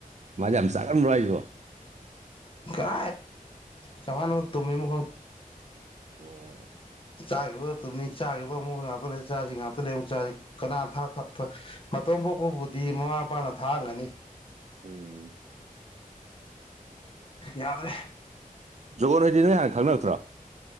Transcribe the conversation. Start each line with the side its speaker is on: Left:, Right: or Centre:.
Right: ꯃꯥꯖꯦ ꯑꯝ ꯁꯔꯥ ꯑꯃ ꯔꯣꯏꯁꯕꯣ
Left: ꯀ ꯀꯃꯅ ꯇꯨꯃꯤ ꯃꯤ
Right: ꯑꯣ
Left: ꯆꯥꯈꯤꯕ ꯇꯨꯝꯅꯤ ꯆꯥꯈꯤꯕ ꯑꯃꯨꯛ ꯉꯥꯛꯇ ꯂꯩ ꯆꯥꯁꯤ ꯉꯥꯛꯇ ꯂꯩ ꯑꯃꯨꯛ ꯆꯥꯁꯤ ꯀꯅꯥ ꯊꯥꯛ ꯊ ꯣꯝꯄꯣꯛꯄꯕꯨꯗꯤ ꯃꯃꯥ ꯃꯄꯥꯅ ꯊꯥꯡꯒꯅꯤ
Right: ꯎꯝ
Left: ꯌꯥꯗ꯭ꯔꯦ
Right: ꯖꯣꯒꯣꯟ ꯍꯥꯏꯗꯤ ꯅꯣꯏ ꯍꯥꯟꯅ ꯈꯪꯅꯛꯇ꯭ꯔꯥ